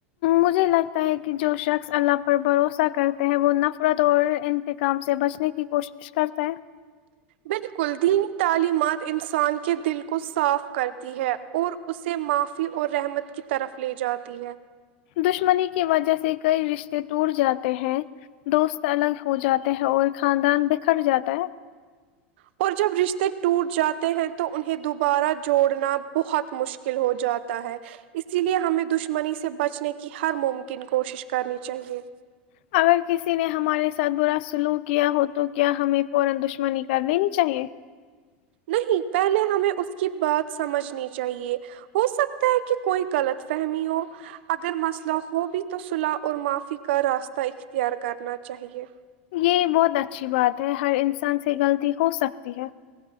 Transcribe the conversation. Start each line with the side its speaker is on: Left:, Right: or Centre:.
Left: مجھے لگتا ہے کہ جو شخص اللہ پر بھروسہ کرتا ہے وہ نفرت اور انتقام سے بچنے کی کوشش کرتا ہے
Right: بلکل دینی تعلیمات انسان کے دل کو صاف کرتی ہے اور اسے معافی اور رحمت کی طرف لے جاتی ہے
Left: دشمنی کی وجہ سے کئی رشتے ٹوٹ جاتے ہیں دوست الگ ہو جاتے ہیں اور خاندان بکھر جاتا ہے
Right: اور جب رشتے ٹوٹ جاتے ہیں تو انہیں دوبارہ جوڑنا بہت مشکل ہو جاتا ہے اسی لیے ہمیں دشمنی سے بچنے کی ہر ممکن کوشش کرنی چاہیے
Left: <unintelligible>
Right: نہیں پہلے ہمیں اس کی بات سمجھنی چاہیے ہو سکتا ہے کہ کوئی غلط فہمی ہو اگر مسئلہ ہو بھی تو صلح اور معافی کا راستہ اختیار کرنا چاہیے
Left: یہ بہت اچھی بات ہے ہر انسان سے غلطی ہو سکتی ہے